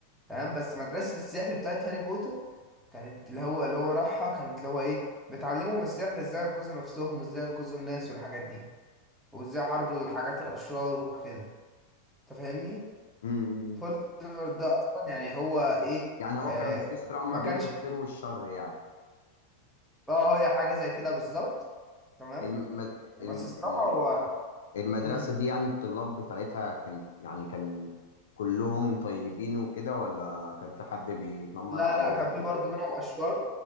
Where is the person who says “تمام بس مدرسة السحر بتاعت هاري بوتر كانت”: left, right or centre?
Centre